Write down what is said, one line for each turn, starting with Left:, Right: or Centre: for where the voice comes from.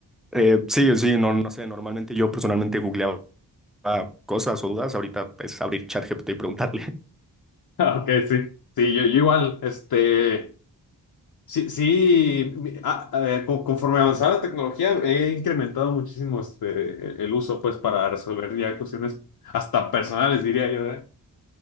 Centre: Eh, sí, sí, no, no sé, normalmente yo personalmente googleaba cosas o dudas, ahorita es abrir ChatGPT y preguntarle. <laughs>
Left: Ah, Ok, sí, sí, yo, yo igual, este... Sí, sí, mi- ah, eh, con- conforme avanzaba la tecnología he incrementado muchísimo este, el el uso pues para resolver ya cuestiones hasta personales diría yo, ¿eh?